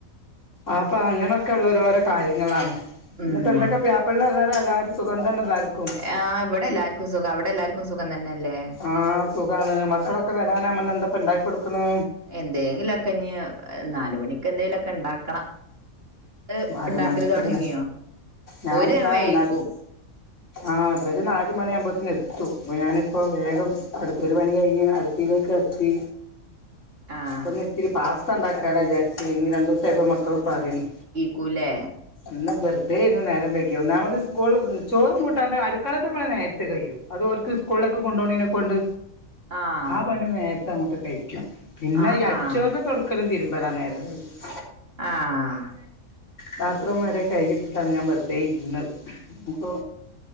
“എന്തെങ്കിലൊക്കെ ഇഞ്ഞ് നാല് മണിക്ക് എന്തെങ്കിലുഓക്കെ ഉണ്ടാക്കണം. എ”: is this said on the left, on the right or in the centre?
Right